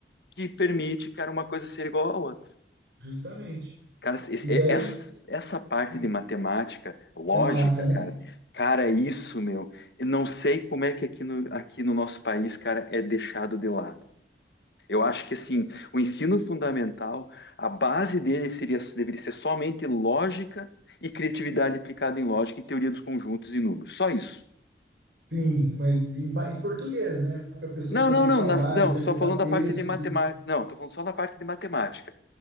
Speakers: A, on the left; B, on the right.
A: que permite, cara, uma coisa ser igual à outra.
B: justamente.
A: Cara, esse-
B: E daí
A: é- essa, essa parte
B: e-
A: de matemática, lógica,
B: é massa, né?
A: cara, cara, é isso, meu, eu não sei como é que aqui no, aqui no nosso país, cara, é deixado de lado. Eu acho que assim, o ensino fundamental, a base dele seria, deveria ser somente lógica e criatividade aplicada em lógica e teoria dos conjuntos e números. Só isso.
B: Sim, mas e, ba- e português, né? Para a pessoa
A: Não,
B: saber
A: não,
B: falar,
A: não, nas- não,
B: interpretar
A: só falando
B: texto,
A: da parte de matemática.
B: tudo.
A: Não, estou falando só da parte de matemática.